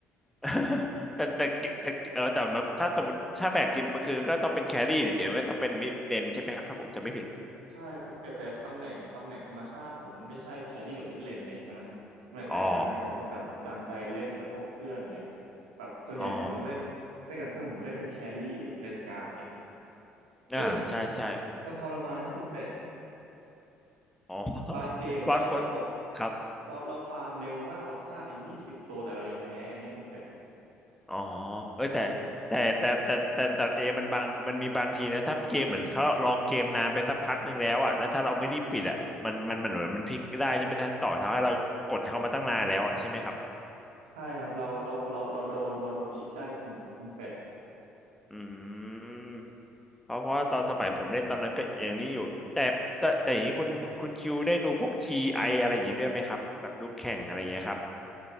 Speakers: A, in the centre; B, on the right.
A: <laughs> แต่แต่แต่เออแต่แบบถ้าสมมติถ้าแบกจริงมันคือก็ต้องเป็นแครี่เดี๋ยวนก็ต้องเป็นมิดเลนใช่ไหมครับถ้าผมจำไม่ผิด
B: ใช่ต้นแต่แต่ตำแหน่งตำแหน่งธรรมชาติผมมันไม่ใช่แครี่กับมิดเลนไงแต่มันมันกลายเป็นตำแหน่งที่ผมต้องจำจำใจเล่นกับพวกเพื่อนไง
A: อ๋อ
B: แบบส่วนใหญ่ผมต้องเล่นเล่นกับเพื่อนผมก็เล่นเป็นแครี่หรือเลนกลางเนี่ย
A: อ๋ออ่าใช่
B: ซึ่ง
A: ใช่
B: มันทรมานนะคุณเป็ด
A: อ๋อ <laughs>
B: บางเกมเนี้ยเรากด
A: เพราะเพราะครับ
B: เราเราฟาร์มเร็วมากเราฆ่าไปยี่สิบตัวแต่เรายังแพ้อย่างเงี้ยคุณเป็ด
A: อ๋อเอ้ยแต่แต่แต่แต่แต่ดอทเอมันบางมันมีบางทีนะถ้าเกมเหมือนเขาลองเกมนานไปสักพักหนึ่งแล้วอ่ะแล้วถ้าเราไม่รีบปิดอ่ะมันมันมันเหมือนมันพลิกได้ใช่ไหมถ้าต่อเท้าให้เรากดเข้ามาตั้งนานแล้วอ่ะใช่ไหมครับ
B: ใช่ครับเราเราเราเราโดนเราโดนพลิกได้เสมอคุณเป็ด
A: อืมเพราะเพราะว่าตอนสมัยผมเล่นตอนนั้นก็อย่างนี้อยู่แต่แต่แต่อย่างนี้คุณคุณคิวได้ดูพวกทีไออะไรอย่างนี้ด้วยไหมครับแบบดูแข่งอะไรอย่างเงี้ยครับ